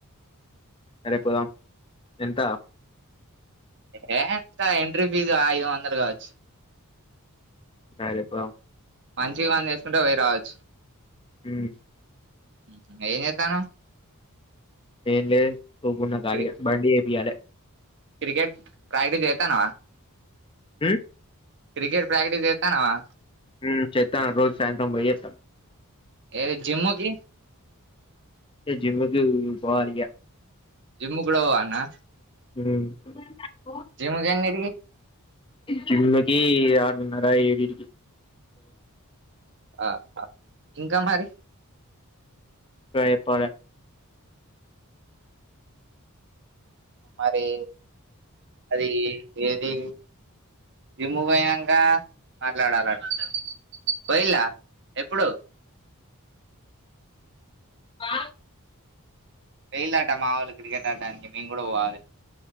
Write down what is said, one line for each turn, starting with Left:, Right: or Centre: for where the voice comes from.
Left: సరేపోదాం ఎంత
Right: యే ఎంత ఎంట్రీ ఫీజు ఐదు వందలు గావచ్చు
Left: సరే పోదాం
Right: మనిషికి వంద యేసుకుంటే పోయ్యి రావచ్చు
Left: ఉమ్
Right: ఉమ్ హు ఏం జేత్తానవ్
Left: ఏం లే కూకున్న ఖాళీగా
Right: క్రి
Left: బండి జేపియాలే
Right: క్రికెట్ ప్రాక్టీస్ జేత్తన్నవా
Left: ఉమ్
Right: క్రికెట్ ప్రాక్టీస్ జేత్తన్నవా
Left: ఉమ్ చేత్తాన్నా, రోజూ సాయంత్రం పోయి జేత్తా
Right: ఏ జిమ్ముకి
Left: ఏ జిమ్ముకి పోవాలి ఇగ
Right: జిమ్ము గూడా పోవాల్నా
Left: ఉమ్
Right: జిమ గెన్నింటికి
Left: జిమ్ముకి ఆరున్నర ఏడిటికి
Right: ఆ ఆ ఇంకా మరి
Left: ఇంకా చెప్పాలే
Right: మరి అది ఏది జిమ్ము పోయినంక మాట్లాడాలట పోయిల్ల ఎప్పుడు
Left: ఆ
Right: పోయిలట మా వాళ్ళు క్రికెట్ ఆడడానికి మేము కూడా పోవాలి